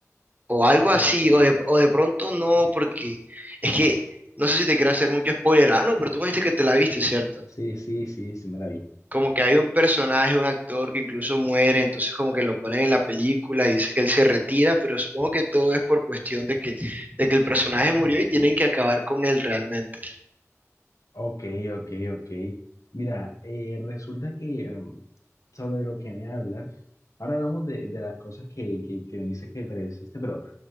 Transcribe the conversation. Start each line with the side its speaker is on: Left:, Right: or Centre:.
Right: o algo
Left: Ok.
Right: así, o de, o de pronto no, porque es que no sé si te quiero hacer mucho spoiler, ah, no, pero tú me dijiste que te la viste, ¿cierto?
Left: Sí, sí, sí, sí me la vi.
Right: Como que hay un personaje, un actor que incluso muere, entonces como que lo ponen en la película y dice que él se retira, pero supongo que todo es por cuestión de que, de que el personaje murió y tienen que acabar con él realmente.
Left: Ok, ok, ok. Mira, eh, resulta que mm, sobre lo que me hablas, ahora hablamos de, de las cosas que, que, que me dices que predeciste, pero